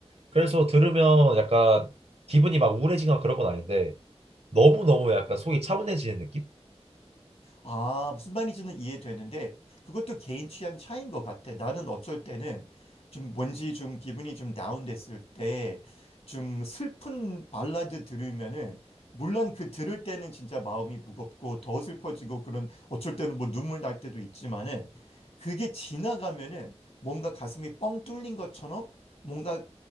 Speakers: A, on the right; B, on the left.
A: 그래서 들으면 약간 기분이 막 우울해지거나 그런 건 아닌데 너무너무 약간 속이 차분해지는 느낌?
B: 아, 무슨 말인지는 이해되는데 그것도 개인 취향 차이인 것 같아. 나는 어쩔 때는 좀 뭔지 좀 기분이 좀 다운됐을 때 좀 슬픈 발라드 들으면은 물론 그 들을 때는 진짜 마음이 무겁고 더 슬퍼지고 그런 어쩔 때는 뭐 눈물 날 때도 있지만은 그게 지나가면은 뭔가 가슴이 뻥 뚫린 것처럼 뭔가